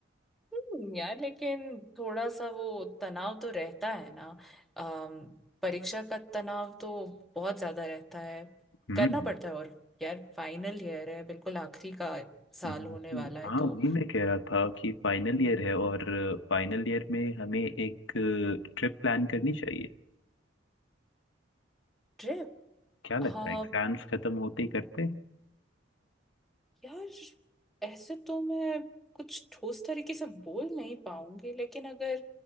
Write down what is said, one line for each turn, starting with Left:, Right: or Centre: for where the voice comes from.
Centre: हम्म, यार लेकिन थोड़ा सा वो तनाव तो रहता है ना अम, परीक्षा का तनाव तो बहुत ज्यादा रहता है
Left: हम्म
Centre: करना पड़ता है और यार फाइनल ईयर है बिल्कुल आखिरी का साल
Left: हम्म,
Centre: होने वाला है
Left: हाँ
Centre: तो
Left: वही मैं कह रहा था कि फाइनल ईयर है और फाइनल ईयर में हमें एक ट्रिप प्लान करनी चाहिए
Centre: ट्रिप
Left: क्या लगता
Centre: हाँ
Left: है एग्जाम्स खत्म होते ही करते
Centre: यार ऐसे तो मैं कुछ ठोस तरीके से बोल नहीं पाऊंगी लेकिन अगर